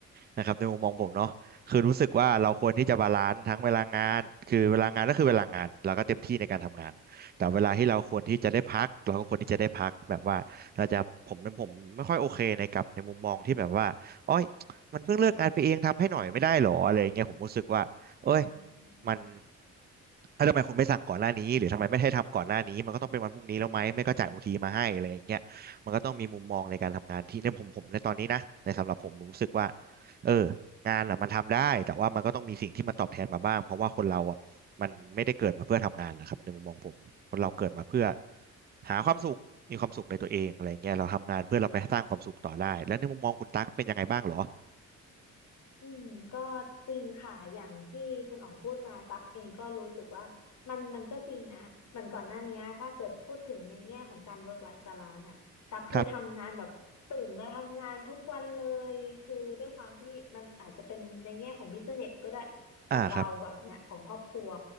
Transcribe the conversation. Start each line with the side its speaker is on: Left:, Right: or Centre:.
Right: นะครับในมุมมองผมเนาะคือรู้สึกว่าเราควรที่จะบาลานซ์ทั้งเวลางานคือเวลางานก็คือเวลางานเราก็เต็มที่ในการทำงานแต่เวลาที่เราควรที่จะได้พักเราก็ควรที่จะได้พักแบบว่าเราจะผมผมไม่ค่อยโอเคในกับในมุมมองที่แบบว่าโอ้ย มันเพิ่งเลิกงานไปเองทำให้หน่อยไม่ได้หรออะไรอย่างเงี้ยผมรู้สึกว่าเอ้ย
Left: อืม
Right: มันถ้าทำไมคุณไม่สั่งก่อนหน้านี้หรือทำไมไม่ให้ทำก่อนหน้านี้มันก็ต้องเป็นวันพรุ่งนี้แล้วไหมไม่ก็จ่ายโอทีมาให้อะไรอย่างเงี้ยมันก็ต้องมีมุมมองในการทำงานที่ในผมผมในตอนนี้นะในสำหรับผมผมรู้สึกว่าเอองานอ่ะมันทำได้แต่ว่ามันก็ต้องมีสิ่งที่มันตอบแทนมาบ้างเพราะว่าคนเราอ่ะมันไม่ได้เกิดมาเพื่อทำงานนะครับในมุมมองผมคนเราเกิดมาเพื่อหาความสุขมีความสุขในตัวเองอะไรเงี้ยเราทำงานเพื่อเราไปสร้างความสุขต่อได้แล้วในมุมมองคุณตั๊กเป็นยังไงบ้างเหรอ
Left: อืมก็จริงค่ะอย่างที่คุณอ๋องพูดมาตักเองก็รู้สึกว่ามันมันก็จริงนะเหมือนก่อนหน้านี้ถ้าเกิดพูดถึงในแง่ของการ work life balance น่ะตักเคยทำงานแบบตื่นแล้วทำงานทุกวันเลยคือด้วยความที่มันอาจจะเป็นในแง่ของ
Right: ครับ
Left: business ก็ได้ของเราแบบเนี้ยของครอบครัว
Right: อ่าครับ